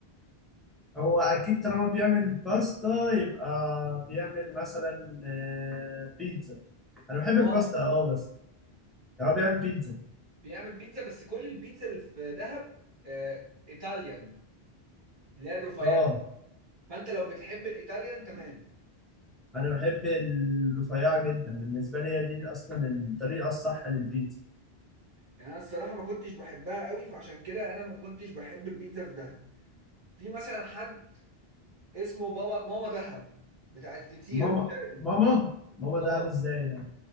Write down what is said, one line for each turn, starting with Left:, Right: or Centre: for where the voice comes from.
Centre: هو اكيد طالما بيعمل باستا يبقى بيعمل مثلا آه، بيتزا انا بحب
Right: اه
Centre: الباستا اه بس يعني هو بيعمل بيتزا
Right: بيعمل بيتزا بس كل البيتزا اللي في دهب آه، ايطاليان اللي هي الرفيعه
Centre: اه
Right: فانت لو بتحب الايطاليان تمام
Centre: انا بحب الرفيعه جدا بالنسبه لي هي دي اصلا الطريقه الصح للبيتزا
Right: يعني انا الصراحه ما كنتش بحبها قوي فعشان كده انا ما كنتش بحب البيتزا في دهب في مثلا حد اسمه بابا ماما دهب بتاعت فطير
Centre: ماما
Right: شرقي
Centre: ماما ماما دهب
Right: اه
Centre: ازاي يعني